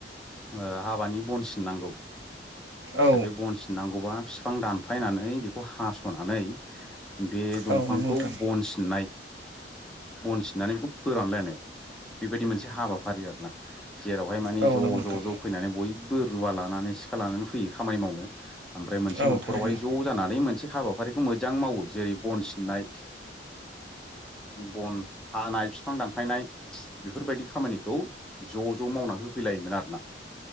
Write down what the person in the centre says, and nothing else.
ओ हाबानि बन सिननांगौ
दा बे बन सिननांगौबा फिफां दानफायनानै बेखौ हास'नानै बे दंफांखौ
बनसिननाय बन सिननानै बेखौ फोरानलायनाय बेबायदि मोनसे हाबाफारि आरोना जेरावहाय मानि
ज'
ज' ज' फैनानै बयबो रुवा लानानै सिखा लानानै फैयो खामानि मावनो ओमफ्राय मोनसे
न'खरावहाय
ज' जानानै मोनसे हाबाफारिखौ मोजां मावो जेरै बन सिननाय <inaudible> बन हानाय फिफां दानफायनाय बेफोरबायदि खामानिखौ ज' ज' मावना हो फैलायोमोन आरोना